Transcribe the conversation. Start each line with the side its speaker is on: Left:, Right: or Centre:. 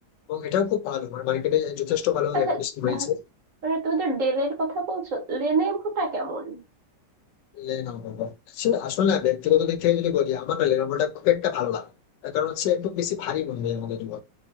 Left: এবং এটাও খুব ভালো মানে মার্কেটে যথেষ্ট ভালো
Right: আচ্ছা
Left: রেপুটেশন রয়েছে
Right: আহ, মানে তুমি তো ডেলের কথা বলছো লেনেভোটা কেমন
Left: লেনোভো আসলে আসলে না ব্যক্তিগত দিক থেকে যদি বলি আমার না লেনোভোটা খুব একটা ভালো লাগে তার কারণ হচ্ছে একটু বেশি ভারী মনে হয় আমাদের জন্য